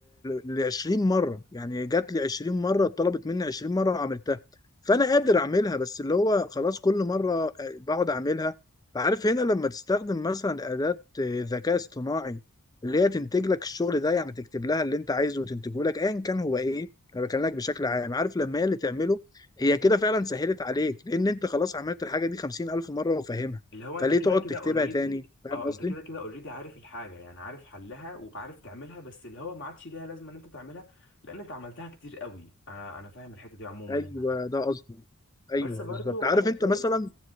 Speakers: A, on the left; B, on the left.
A: ل 20 مره يعني جات لي 20 مره اتطلبت مني 20 مره وعملتها فانا قادر اعملها بس اللي هو خلاص كل مره آه، بقعد اعملها فعارف هنا لما تستخدم مثلا اداه آه، ذكاء اصطناعي اللي هي تنتج لك الشغل ده يعني تكتب لها اللي انت عايزه وتنتجه لك ايا كان هو ايه انا بكلمك بشكل عام عارف لما هي اللي تعمله هي
B: مم.
A: كده فعلا سهلت عليك لان انت خلاص عملت الحاجه دي 50000 مره وفاهمها
B: اللي هو انت
A: فليه
B: كده
A: تقعد
B: كده
A: تكتبها
B: اوريدي
A: تاني فاهم
B: اه انت
A: قصدي
B: كده كده اوريدي عارف الحاجه يعني عارف حلها وعارف تعملها بس اللي هو ما عادش ليها لازمه ان انت تعملها لان انت عملتها كتير قوي انا انا فاهم الحته دي عموما
A: ايوه
B: يعني
A: ده قصدي ايوه
B: بس برضو
A: بالظبط عارف
B: انا
A: انت
B: شايف
A: مثلا